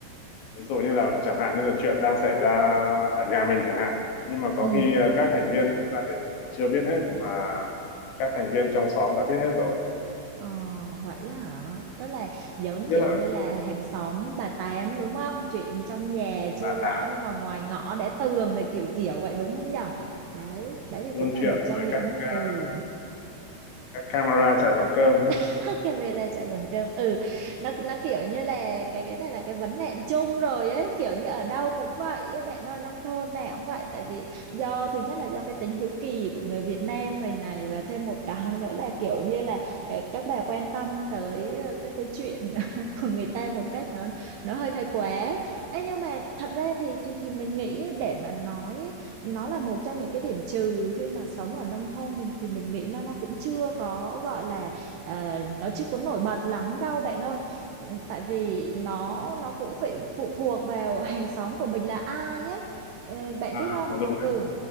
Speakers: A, on the left; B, on the right.
A: ví dụ như là chẳng hạn như là chuyện đang xảy ra ở nhà mình chẳng hạn nhưng mà có
B: ừ
A: khi ờ, các thành viên trong gia đình chưa biết hết mà các thành viên trong xóm đã biết hết rồi
B: ờ, vậy á hả? Tức là giống
A: biết
B: kiểu
A: là
B: như là hàng xóm bà Tám đúng không? Chuyện trong nhà chưa
A: bà
B: rõ
A: tám
B: nhưng mà ngoài ngõ đã tường rồi kiểu kiểu vậy đúng không nhở?
A: rồi
B: Đấy, đấy thì
A: buôn
B: cũng là
A: chuyện
B: một trong
A: rồi
B: những
A: các ca-
B: ừ
A: các camera chạy bằng cơm ha
B: <laughs> cái về là chạy bằng cơm ừ nó nó kiểu như là cái cái này là cái vấn nạn chung rồi ấy kiểu như ở đâu cũng vậy ấy, bạn ơi nông thôn nào cũng vậy tại vì do thứ nhất là do cái tính hiếu kỳ của người Việt Nam mình này và thêm một cái nữa là kiểu như là ờ, các bà quan tâm tới ờ, các cái chuyện <laughs> của người ta một cách nó nó hơi thái quá Ê, nhưng mà thật ra thì thì thì mình nghĩ để mà nói nó là một trong những cái điểm trừ khi mà sống ở nông thôn thì thì mình nghĩ nó nó cũng chưa có gọi là ờ, nó chưa có nổi bật lắm đâu bạn ơi Ừ, tại vì nó nó cũng phải phụ thuộc vào hàng xóm của mình là ai ấy Ờ, bạn
A: à
B: biết không
A: cũng đúng ha,
B: ừ